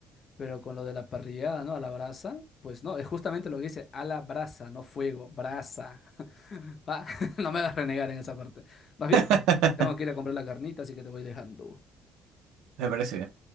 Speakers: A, on the left; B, on the right.
A: Pero con lo de la parrillada, ¿no? A la brasa, pues no, es justamente lo que dice, a la brasa, no fuego, brasa. <laughs> Va, <laughs> no me hagas renegar en esa parte. Más bien,
B: <laughs>
A: tengo que ir a comprar la carnita, así que te voy dejando.
B: Me parece